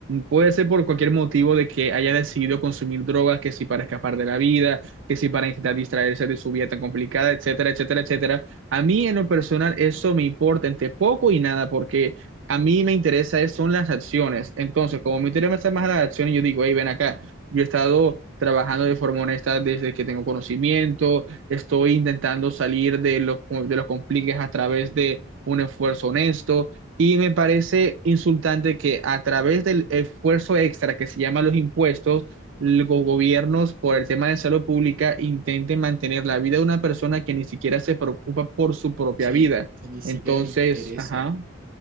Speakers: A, on the right; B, on the right.
A: puede ser por cualquier motivo de que haya decidido consumir drogas, que si para escapar de la vida, que si para intentar distraerse de su vida tan complicada, etcétera, etcétera, etcétera. A mí en lo personal eso me importa entre poco y nada porque a mí me interesa es- son las acciones. Entonces, como me interesa más las acciones, yo digo, hey, ven acá, yo he estado trabajando de forma honesta desde que tengo conocimiento estoy intentando salir de los, de los compliques a través de un esfuerzo honesto y me parece insultante que a través del esfuerzo extra que se llama los impuestos, los gobiernos por el tema de salud pública intenten mantener la vida de una persona que ni siquiera se preocupa por su propia
B: Sí,
A: vida.
B: que ni siquiera
A: Entonces,
B: le interesa
A: ajá,